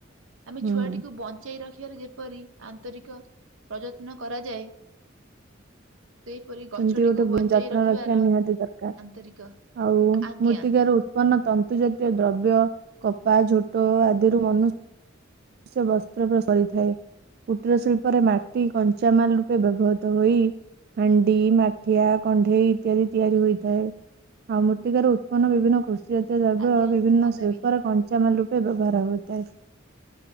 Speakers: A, on the right; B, on the right.
A: ଆମେ
B: ହୁଁ
A: ଛୁଆଟିକୁ ବଞ୍ଚେଇ ରଖିବାର ଯେପରି ଆନ୍ତରିକ ପ୍ରଯତ୍ନ କରାଯାଏ। ସେହିପରି ଗଛଟିକୁ
B: ସେମିତି ଗୋଟେ ବ-
A: ବଞ୍ଚେଇ
B: ଯତ୍ନ
A: ରଖିବାର
B: ରଖିବା ନିହାତି ଦରକାର
A: ଆନ୍ତରିକ।
B: ଆଉ
A: ଆଜ୍ଞା,
B: ମୃତ୍ତିକାର ଉ ଉତ୍ପନ ତନ୍ତୁ ଜାତୀୟ ଦ୍ରବ୍ୟ କପା ଝୋଟ ଆଦିରୁ ମନୁ ସେ ବସ୍ତ୍ର ପ୍ରସାରିଥାଏ। କୁଟୀର ଶିଳ୍ପରେ ମାଟି କଞ୍ଚାମାଲ ରୂପେ ବ୍ୟବହୃତ ହୋଇ। ହାଣ୍ଡି ମାଠିଆ କଣ୍ଢେଇ ଇତ୍ୟାଦି ତିଆରି ହୋଇଥାଏ। ଆଉ ମୃତ୍ତିକାରୁ ଉତ୍ପନ୍ନ ବିଭିନ୍ନ କୃଷି ଯାତ୍ୟ ଦ୍ରବ୍ୟ
A: ଆଜ୍ଞା
B: ବିଭିନ୍ନ
A: ବାନ୍ଧବୀ।
B: ଶିଳ୍ପର କଞ୍ଚାମାଲ ରୂପେ ବ୍ୟବହାର ହୋଇଥାଏ।